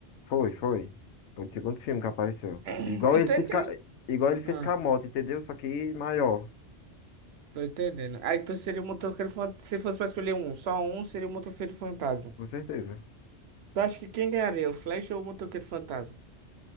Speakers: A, on the left; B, on the right.
A: Foi, foi. Foi o segundo filme que apareceu.
B: <clears throat>
A: Igual
B: Entendi.
A: ele fez, ca- igual ele fez
B: Ah,
A: com a moto, entendeu? Só que maior,
B: tô entendendo. Aí tu seria o motoqueiro fantasma. Se fosse pra escolher um, só um seria o motoqueiro fantasma.
A: com certeza.
B: Tu acha que quem ganharia, o Flash ou o motoqueiro fantasma?